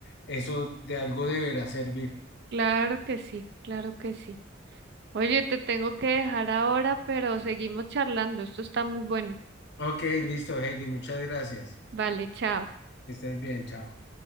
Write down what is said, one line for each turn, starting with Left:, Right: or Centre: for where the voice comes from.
Left: Eso de algo deberá servir.
Right: Claro que sí, claro que sí. Oye, te tengo que dejar ahora, pero seguimos charlando. Esto está muy bueno.
Left: Ok, listo, Heidi, muchas gracias.
Right: Vale, chao.
Left: Que estés bien, chao.